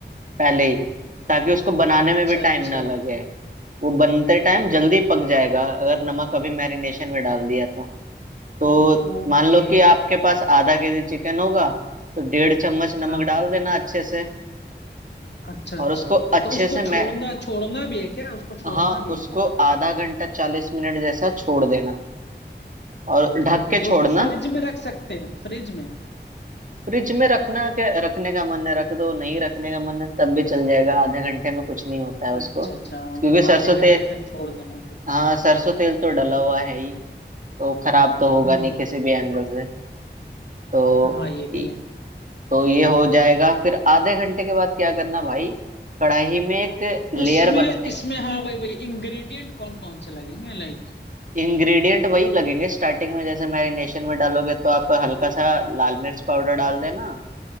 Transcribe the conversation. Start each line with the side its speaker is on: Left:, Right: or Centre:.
Right: पहले ही ताकि उसको बनाने
Left: अच्छा
Right: में भी टाइम
Left: अच्छा
Right: ना लगे वो बनते टाइम जल्दी पक जाएगा अगर नमक अभी मैरिनेशन में डाल दिया तो तो
Left: ओके
Right: मान लो कि आपके पास आधा केजी चिकन होगा तो डेढ़ चम्मच नमक
Left: हाँ
Right: डाल
Left: हाँ
Right: देना अच्छे से
Left: अच्छा अच्छा
Right: और उसको अच्छे
Left: तो उसको
Right: से मै
Left: छोड़ना छोड़ना भी है क्या उसको छोड़ना
Right: हाँ
Left: भी है
Right: उसको
Left: क्या
Right: आधा घंटा चालीस मिनट जैसा छोड़ देना और
Left: ठीक
Right: ढक के
Left: है
Right: छोड़ना
Left: तो उसको फ्रिज में रख सकते हैं फ्रिज में
Right: फ्रिज में रखना के रखने का मन है रख दो नहीं रखने का मन है तब भी चल जाएगा आधे घंटे में कुछ नहीं होता है उसको
Left: अच्छा अच्छा मतलब
Right: क्योंकि सरसों
Left: आधे घंटे
Right: तेल
Left: तक छोड़ देना ठीक
Right: हाँ सरसों तेल तो डला हुआ है ही तो खराब तो होगा
Left: हम्म
Right: नहीं किसी
Left: हम्म,
Right: भी एंगल से तो
Left: हाँ ये भी
Right: इ-
Left: है
Right: तो ये हो जाएगा फिर आधे घंटे के बाद क्या करना भाई कढ़ाई में एक लेयर
Left: इसमें
Right: बना
Left: इसमें हाँ वही वही इंग्रेडिएंट कौन कौन से लगेंगे लाइक
Right: इंग्रेडिएंट वही लगेंगे स्टार्टिंग में जैसे मैरिनेशन में डालोगे तो आप हल्का सा लाल मिर्च पाउडर डाल देना